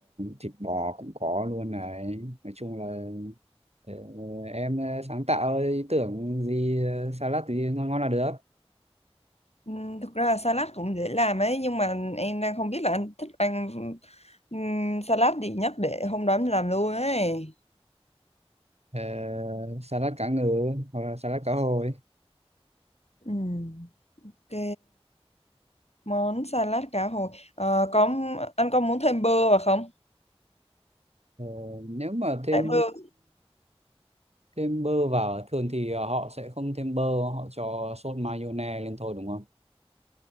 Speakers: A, on the right; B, on the left.
A: thịt bò cũng có luôn này. Nói chung là ờ, em ờ, sáng tạo ý tưởng gì ờ, salad thì ngon ngon là được.
B: Ừm, thực ra là salad cũng dễ làm ấy nhưng mà em đang không biết là anh thích ăn ừm, salad gì nhất để hôm đó em làm luôn ấy
A: Ờ, salad cá ngừ hoặc là salad cá hồi.
B: ừm, ok. Món salad cá hồi. Ờ, có anh có muốn thêm bơ vào không?
A: Ờ, nếu mà thêm
B: Trái bơ
A: thêm bơ vào à? thường thì ờ, họ sẽ không thêm bơ họ cho sốt mayonnaise lên thôi đúng không